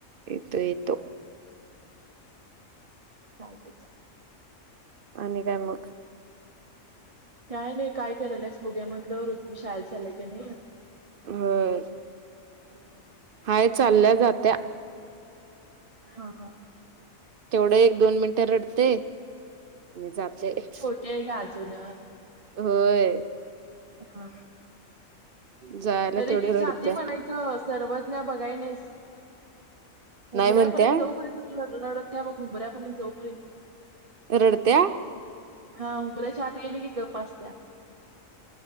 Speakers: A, on the right (about 50°); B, on the right (about 25°).
A: येतो येतो
B: चालते चा
A: आणि काय मग
B: काय नाही काय करायलस बोगुया म्हटलं ऋतू शाळेला चालाय की नाही.
A: ह
B: ह <unintelligible>
A: हाय चालल्या जात्या
B: हा हा.
A: तेवढं एक दोन मिनिटं रडते. <unintelligible>
B: छोटी आहे का अजून.
A: होय
B: हा
A: जायला
B: तरी
A: तेवढी
B: ती
A: रडत्या
B: जाती म्हणाय सर्वज्ञ बघायलेस
A: नाही
B: उमऱ्यापर्यंत
A: म्हणत्या
B: जाऊ पण <unintelligible> उमऱ्यापर्यंत जाउपर्यंत
A: रडत्या
B: हा उंबऱ्याच्या आत यायली की गप असतेया.